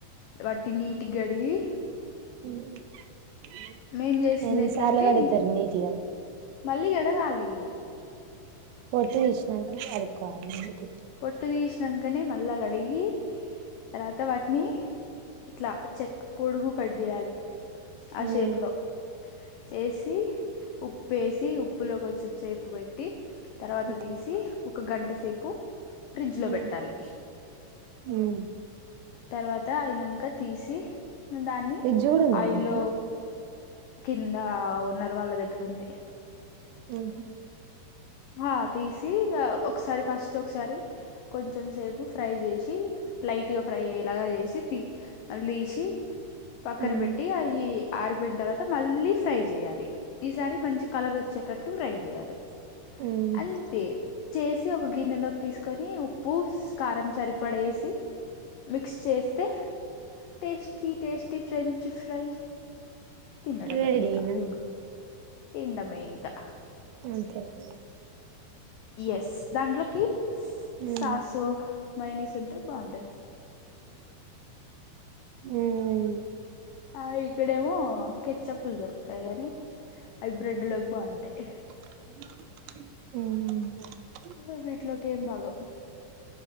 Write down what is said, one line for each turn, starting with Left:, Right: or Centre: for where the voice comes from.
Left: వాటిని నీటిగ్గడిగి
Right: <inaudible>
Left: మేం చేసింది
Right: ఎన్నీ
Left: ఎట్లా
Right: సార్లు
Left: అంటే
Right: గడుగుతారు
Left: నీ
Right: నీటిగా
Left: మళ్ళీ గడగాలి
Right: పొట్టు దిశ్నంకనే గడుక్కోవాలి మూతి
Left: పొట్టు తీసినాకనే మళ్ళా కడిగి తర్వాత వాటిని ఇట్లా చెక్ పొడుగు కట్ జేయాలి ఆ
Right: మ్మ్
Left: షేప్ లో చేసి ఉప్పేసి ఉప్పులో కొంచెం సేపు వెట్టి తర్వాత్ ట్ట
Right: మ్మ్
Left: దీసి ఒక గంట సేపు ఫ్రిడ్జ్ లో
Right: మ్మ్
Left: బెట్టాలి
Right: మ్మ్
Left: తర్వాత ఐనంక తీసి దాన్ని
Right: ఫ్రిడ్జ్ కూడా ఉందా
Left: ఆయిల్లో
Right: మీకు
Left: కిందా ఓనర్ వాళ్ళ దగ్గర ఉంది
Right: ఉహు
Left: హా తీసి ఇగా ఒకసారి ఫస్ట్ ఒకసారి కొంచెం సేపు ఫ్రై జేసి లైట్ గా ఫ్రై అయ్యేలాగా జేశి తీస్ అల్ దీసి పక్కన
Right: మ్మ్
Left: బెట్టి అయి ఆరిపోయిన తర్వాత మళ్ళీ ఫ్రై జేయాలి. ఈసారి మంచి కలర్ ఒచ్చేటట్లు ఫ్రై జేయాలి.
Right: ఉమ్
Left: అంత్తే చేసి ఒక గిన్నెలోకి తీస్కొని ఉప్పుస్ కారం సరిపడేసి మిక్స్ చేస్తే టేస్టీ టేస్టీ ఫ్రెంచ్ ఫ్రై తినడమే
Right: రెడీనా
Left: ఇంకా ఏమి తింన్డమే ఇంకా
Right: అంతేనా
Left: యాస్స్ దాంట్లోకి
Right: ఉమ్
Left: సాసు మైనిసుంటే బాగుంటది.
Right: ఉమ్
Left: ఆ ఇక్కడేమో కెచ్చప్పులు దొరుకుతాయి గానీ అవి బ్రెడ్ లోకి బాగుంటయి.
Right: ఉమ్
Left: ఆ వీట్లోకేంబాగోవ్